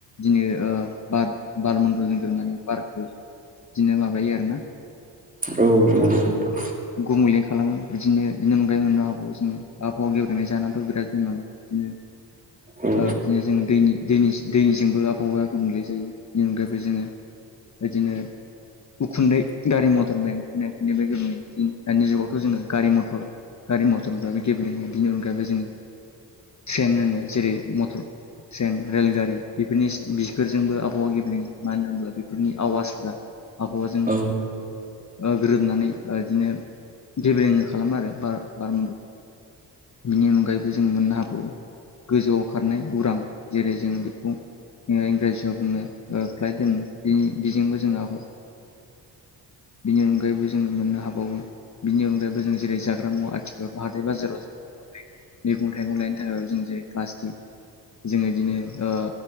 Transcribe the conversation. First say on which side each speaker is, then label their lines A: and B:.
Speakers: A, on the left; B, on the right.
A: दिनै ओ बार बार मन्दलजों गोरोबनानै बारखौ बिदिनो माबायो आरो।
B: औ नंगौ।
A: गुबुमलें खालामो बिदिनो बिनि अनगायै आरो आबहावाजों आबहावा गेब्रेंनाय जाहोनाबोथ' बिराद ओ बिदिनो
B: औ
A: जोङो दैनि दैनि दैनिजोंबो आबहावा गुबुंले बेनि अनगायैबो जोङो बेदिनो उखुन्दै गारि मथरजों बे ओंखायनायै दानि जुगावथ' जोङो गारि मथर गारि मथरफ्रायबो गेब्लेङो अनगायबो जों ट्रेन होनो जेरै मटर ट्रेन रेलगारि बेफोरनि बेफोर जोंबो आबहावा गेब्लेङो मानो होनोमोनब्ला बेफोरनि आवाजफ्रा आबहावाजों
B: औ
A: ओ गोरोबनानै बिदिनो गेबेलें खालामो आरो बार बार बिनि अनगायैबो जों मोननो हाबावो गोजौआव खारनाय उरां जेरै जों बेखौ ओ इंराजियाव बुङो ओ फ्लायट होनो बिनि बिजोंबो जोंआ बिनि अगाय जोङो मोननो हाबावो बिनि अनगायैबो जों जेरै जाग्रा मुवा आथिखाल हाथाइ बाजाराव जों मैगं थाइगं लायनो थाखाय जों जेरै प्लास्टिक जों बिदिनो ओ